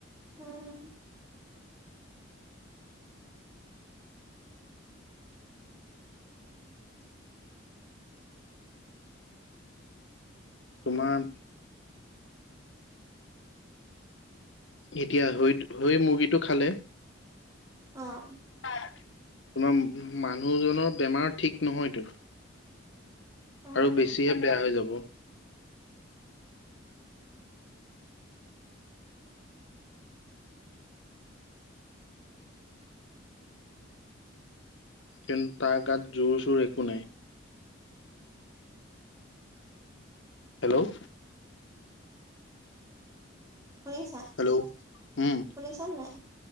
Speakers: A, on the right; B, on the left.
A: হুম।
B: তোমাৰ এতিয়া হৈ হৈ মুৰ্গীটো খালে
A: অ'।
B: তোমাৰ মানুহজনৰ বেমাৰ ঠিক নহয়তো।
A: অ',
B: আৰু বেছিহে বেয়া হৈ যাব। কিন্তু তাৰ গাত জোৰ চোৰ একো নাই। হেল্ল'।
A: শুনিছা?
B: হেল্ল' উম
A: শুনিছানে নাই?